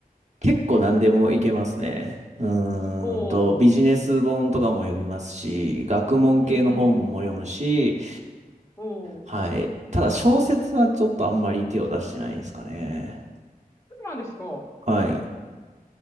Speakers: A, on the right; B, on the left.
A: 結構何でもいけますね。うーんと、
B: おおー、
A: ビジネス本とかも読みますし、学問系の本も読むし、
B: うんうんうん。おお、
A: はい。ただ小説はちょっとあんまり手を出してないですかね。
B: そうなんですか。
A: はい。